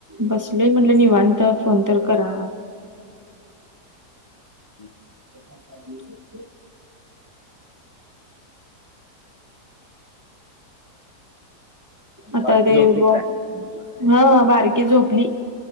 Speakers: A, on the right; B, on the left.
A: बसलोय म्हटलं निवांत. फोन तर करा.
B: <inaudible>
A: <unintelligible> आता
B: बारकी
A: देव
B: झोपली का
A: बा.
B: काय
A: हा बारकी झोपली,